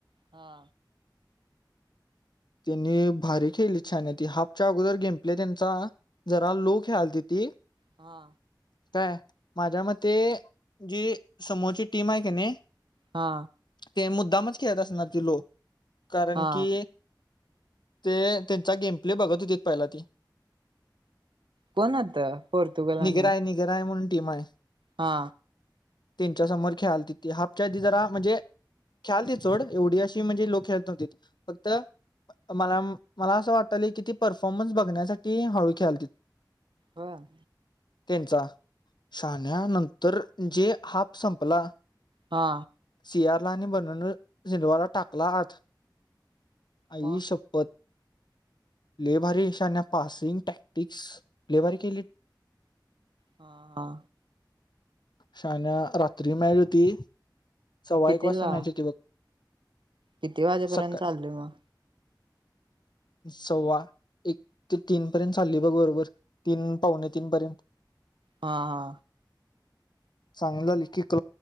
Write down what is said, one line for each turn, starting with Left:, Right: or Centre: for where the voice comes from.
Right: हा.
Left: त्यांनी भारी खेळली छान त हाफच्या अगोदर घेंपले त्यांचा जरा लो खेळाल किती
Right: हा.
Left: काय माझ्या मते जी समोरची टीम आहे का नाही
Right: हा.
Left: ते मुद्दामच खेळत असणार ती लोक कारण
Right: हा
Left: की ते त्यांचा गेमप्ले बघत होतीत पहिला ती
Right: कोण होत पोर्तुगल
Left: निघराय
Right: आणि
Left: निघराय म्हणुन टीम हाय
Right: हा.
Left: त्यांच्या समोर खेळाली त ती हापच्या त जरा म्हणजे खेळाळतीत सोड एवढी अशी म्हणजे लोक खेळत नव्हती फक्त मला मला असं वाटत किती परफॉर्मन्स बघण्यासाठी हळू खेळायती.
Right: हम्म.
Left: त्यांचा साण्या नंतर जे हाप संपला
Right: हा.
Left: सियारला आणि बंन झिडवाला टाकला आत आई
Right: मग
Left: शपथ <inaudible>
Right: हा हा.
Left: शाना रात्री मॅच होती. सव्वा
Right: कितीला
Left: एक वाजता मॅच होती बघ
Right: किती वाजेपर्यंत
Left: सकाळी
Right: चाललय मग
Left: सस्वा एक ते तीन पर्यंत चालली बघ बरोबर तीन, पावणे तीन पर्यंत
Right: हा हा.
Left: सांगित झाली किक